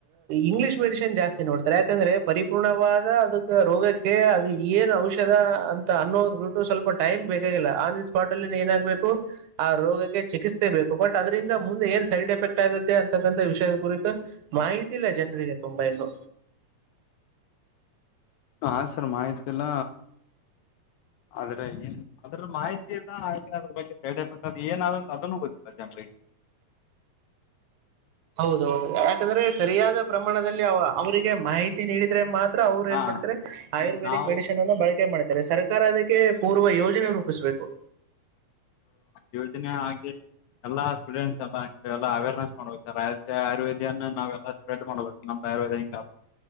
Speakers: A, on the right (about 80°); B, on the left (about 80°).
A: ಇಂಗ್ಲಿಷ್ ಮೆಡಿಸಿನ್ ಜಾಸ್ತಿ ನೋಡ್ತಾರೆ ಯಾಕಂದ್ರೆ ಪರಿಪೂರ್ಣವಾದ ಅದಕ್ಕೆ ರೋಗಕ್ಕೆ ಅದು ಏನ್ ಔಷಧ ಅಂತ ಅನ್ನೋದು್ ಬಿಟ್ಟು ಸ್ವಲ್ಪ ಟೈಮ್ ಬೇಕಾಗಿಲ್ಲ ಆನ್ ದಿ ಸ್ಪಾಟ್ ಅಲ್ಲಿ ಏನಾಗ್ಬೇಕು ಆ ರೋಗಕ್ಕೆ ಚಿಕಿತ್ಸೆ ಬೇಕು ಬಟ್ ಅದರಿಂದ ಮುಂದೆ ಏನ್ ಸೈಡ್ ಎಫೆಕ್ಟ್ ಆಗುತ್ತೆ ಅಂತಕ್ಕಂತಥ ವಿಷಯದ ಕುರಿತು ಮಾಹಿತಿ ಇಲ್ಲ ಜನರಿಗೆ ತುಂಬಾ ಇನ್ನು
B: ಹ ಸರ್ ಮಾಹಿತಿ ಇಲ್ಲ ಆದ್ರೆ ಏನ್ ಅದ್ರ ಮಾಹಿತಿ ಇಲ್ಲ ಹಾಗ ಅದ್ರ ಬಗ್ಗೆ ಸೈಡ್ ಎಫೆಕ್ಟ್ ಅ ಏನಾದಂತ ಅದನ್ನು ಗೊತ್ತಿಲ್ಲ ಜನರಿಗೆ
A: ಹೌದೌದು ಯಾಕಂದ್ರೆ ಸರಿಯಾದ ಪ್ರಮಾಣದಲ್ಲಿ ಅವ ಅವರಿಗೆ ಮಾಹಿತಿ ನೀಡಿದ್ರೆ ಮಾತ್ರ ಅವ್ರು
B: ಹಾ
A: ಏನ್ ಮಾಡ್ತಾರೆ ಆಯುರ್ವೇದಿಕ್
B: ಈಗ ನಾವು
A: ಮೆಡಿಸನ್ ಅನ್ನು ಬಳಕೆ ಮಾಡ್ತಾರೆ ಆದ ಸರ್ಕಾರ ಅದಕ್ಕೆ ಪೂರ್ವ ಯೋಜನೆ ರೂಪಿಸ್ಬೇಕು
B: ಯೋಜನೆ ಆಗಿ ಎಲ್ಲಾ ಸ್ಟೂಡೆಂಟ್ಸ್ ಎಲ್ಲ ಎಲ್ಲ ಅವೇರ್ನೆಸ್ ಮಾಡ್ಬೇಕ ಸರ್ ಆಯುರ್ವೇದಿಯಾನ ನಾವ್ಲ್ಲ ಸ್ಪ್ರೆಡ್ ಮಾಡ್ಬೇಕ ನಮ್ದ ಆಯುರ್ಂಗ